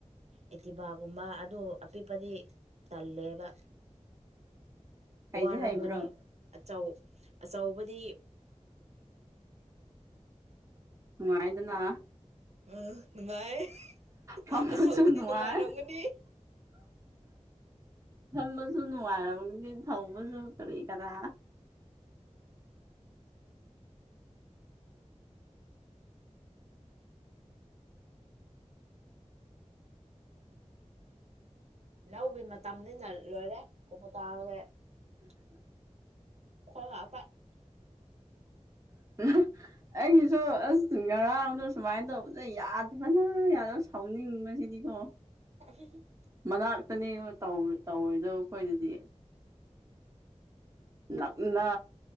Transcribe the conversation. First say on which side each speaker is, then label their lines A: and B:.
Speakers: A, on the right; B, on the right.
A: ꯑꯦꯇꯤꯚꯥꯒꯨꯝꯕ ꯑꯗꯨ ꯑꯄꯤꯛꯄꯗꯤ ꯇꯜꯂꯦꯕ
B: ꯍꯩꯗꯤ
A: ꯋꯥꯔꯝꯒꯅꯤ
B: ꯍꯩꯕ꯭ꯔꯣ
A: ꯑꯆꯧ ꯑꯆꯧꯕꯗꯤ
B: ꯥꯅꯨꯉꯥꯏꯗꯅꯥ
A: ꯑꯥ ꯅꯨꯡꯉꯥꯏ
B: ꯐꯝꯕꯁꯨ
A: ꯑꯆꯧꯕꯥꯗꯤ
B: ꯅꯨꯡꯉꯥꯏ
A: ꯅꯨꯡꯉꯥꯏꯔꯝꯒꯅꯤ
B: ꯐꯝꯕꯁꯨ ꯅꯨꯡꯉꯥꯏꯔꯝꯒꯅꯤ ꯊꯧꯕꯁꯨ ꯀꯔꯤ ꯀꯔꯥ
A: ꯂꯧꯒꯤ ꯃꯇꯝꯅꯤꯅ ꯂꯣꯏꯔꯦ ꯀꯣꯀꯣꯇꯥꯒꯤ <unintelligible>
B: <unintelligible> ꯑꯩꯒꯤꯁꯨ ꯑꯁ ꯉꯔꯥꯡꯗꯣ ꯁꯨꯃꯥꯏꯅ ꯇꯧꯕꯗꯥ ꯌꯥꯗꯕꯅ ꯌꯥꯗ ꯁꯥꯎꯅꯤꯡꯕꯁꯤꯗꯤꯀꯣ
A: <unintelligible>
B: ꯃꯅꯥꯛꯇꯅꯦ ꯇꯧꯔꯣꯏꯗꯕ ꯑꯩꯈꯣꯏꯗꯗꯤ ꯪꯅꯥ